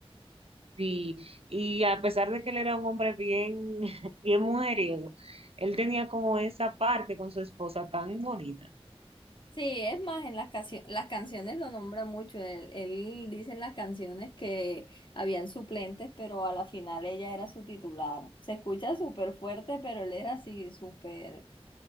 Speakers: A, on the right; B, on the left.
A: Sí, y a pesar de que él era un hombre bien, <laughs> bien mujeriego, él tenía como esa parte con su esposa tan bonita.
B: Sí, es más, en las, cacio- las canciones lo nombra mucho, él, él dice en las canciones que habían suplentes, pero a la final ella era su titular. Se escucha súper fuerte, pero él era así súper